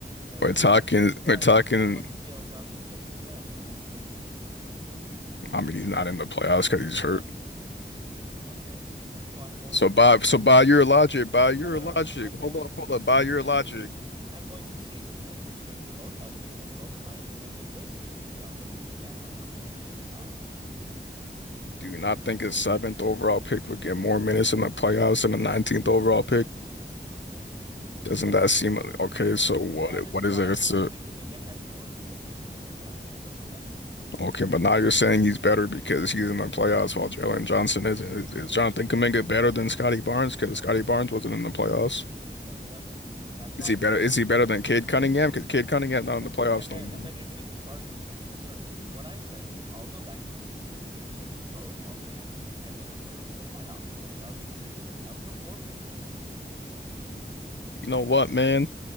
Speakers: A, on the right; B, on the left.
A: That
B: We're
A: that's
B: talking
A: not true. Uh,
B: we're talking.
A: I mean, what is Jalen Johnson doing in the playoffs right now?
B: I mean, he's not in the playoffs because he's
A: I
B: hurt.
A: got you. Okay. So I'm going
B: So
A: to
B: by
A: seasons
B: so by your logic, by your
A: No, no,
B: logic,
A: no. I'm going
B: hold up,
A: to
B: hold
A: seasons.
B: up. By your logic,
A: I'm going to seasons in which they were both healthy and both playing. And in those seasons, Jonathan Kaminga outperformed Jalen Johnson.
B: do you not think his seventh overall pick would get more minutes in the playoffs than the 19th overall pick? Doesn't
A: Yes.
B: that seem okay? So what
A: And that is
B: what
A: why
B: is there
A: Jonathan
B: to?
A: Kaminga had more minutes than Jalen Johnson in the playoffs.
B: Okay, but now you're saying he's better because he's in the playoffs while Jalen Johnson isn't. Is, is Jonathan Kuminga better than Scotty Barnes because Scotty Barnes wasn't in the playoffs?
A: I got you. I got you. That's why
B: Is he
A: I said,
B: better? Is he better than
A: okay,
B: Cade Cunningham?
A: listen,
B: Because Cade Cunningham
A: listen.
B: not in the playoffs
A: And then
B: no more.
A: and then you're going to keep arguing this in a circle. What I said is I'll go back to a season in which they were both healthy and they are both in the playoffs. And Jonathan Kaminga was outperforming him.
B: You know what, man?